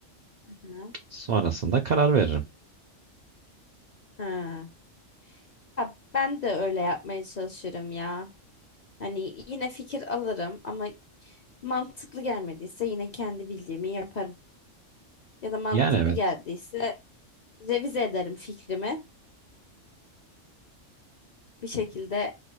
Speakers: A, on the left; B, on the right.
A: hı.
B: Sonrasında karar veririm.
A: Ha. Ha, ben de öyle yapmaya çalışırım ya. Hani yine fikir alırım ama mantıklı gelmediyse yine kendi bildiğimi yaparım. Ya da mantıklı
B: Yani evet.
A: geldiyse revize ederim fikrimi. bir şekilde